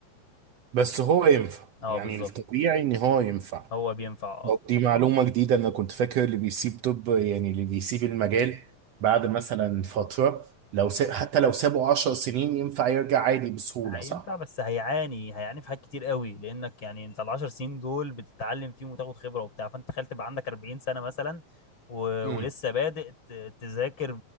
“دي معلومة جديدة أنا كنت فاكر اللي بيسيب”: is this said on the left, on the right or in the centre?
Right